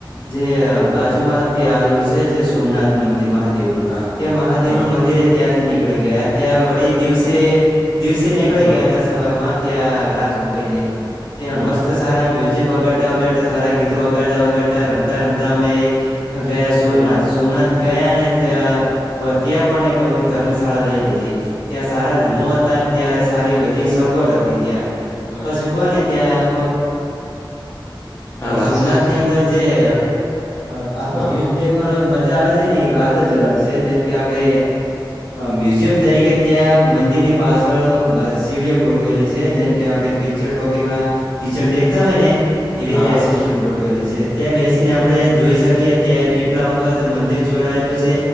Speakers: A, on the left (about 80°); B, on the left (about 35°).
A: જે બાજુમાં તેં આવેલું છે જે સોમનાથનું મંદિર મહાદેવનું
B: હા
A: ત્યાં મહાદેવનું
B: હા
A: મંદિર એ ત્યાંથી નીક નીકળી ગયા ત્યા વડી દિવસે દિવસે નેકડી
B: હા
A: ગયા હતા સવારમાં ત્યાં રાત રોકાઈને ત્યાં
B: હા
A: મસ્ત સારા મ્યુઝિક વગાડતા વગાડતા સારા ગીતો વગાડતા વગાડતા રમતા રમતા અમે ગયા સોમનાથ
B: હા
A: સોમનાથ ગયા ને ત ત્યાં પણ એક અમે ધર્મશાળા લઈ લીધી. ત્યાં સારા રૂમો હતા ત્યારે સારી બધી સગવડ હતી ત્યાં
B: હા
A: પછી કોને ત્યાં
B: હા
A: અ
B: વાત
A: સોમનાથ
B: સાચી
A: ની અંદર જે હ આખો
B: હા
A: વ્યૂઝ દેખવાનો મજા આવે છે ને એ વાત જ અલગ છે જેમ કે આપડે મ્યુઝિયમ તરીકે ત્યાં મંદિર ની પાછળ સીડીઓ ગોઠવેલી છે જેમ કે આપડે પિક્ચર ટ્રોકીમાં પિક્ચર દેખતા હોય ને એવી
B: હા
A: ત્યાં સિસ્ટમ ગોઠવેલ છે ત્યાં બેસીને આપડે જોઈ શકીએ ત્યાં કેટલા વખત મંદિર ચોરાયેલું છે